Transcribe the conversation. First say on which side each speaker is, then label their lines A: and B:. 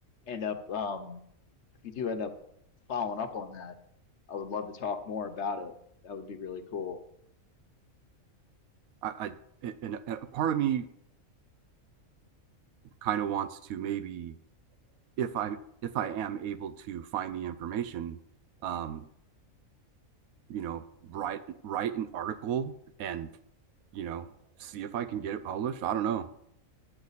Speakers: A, on the left; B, on the right.
A: end up, um, if you do end up following up on that, I would love to talk more about it. That would be really cool.
B: I, I and a part of me kind of wants to maybe if I'm if I am able to find the information, um, you know, write write an article and you know see if I can get it published. I don't know.